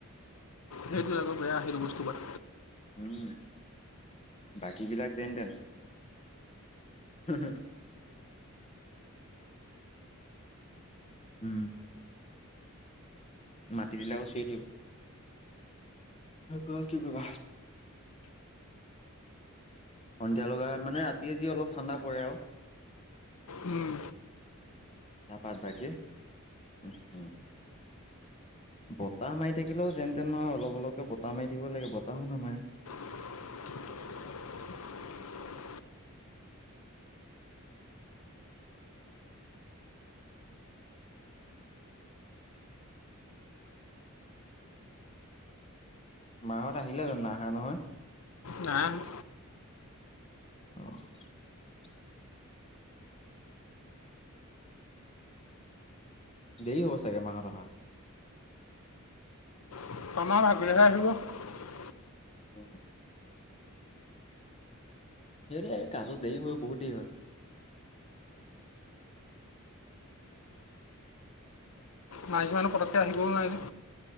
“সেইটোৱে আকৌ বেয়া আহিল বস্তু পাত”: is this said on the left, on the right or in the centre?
Left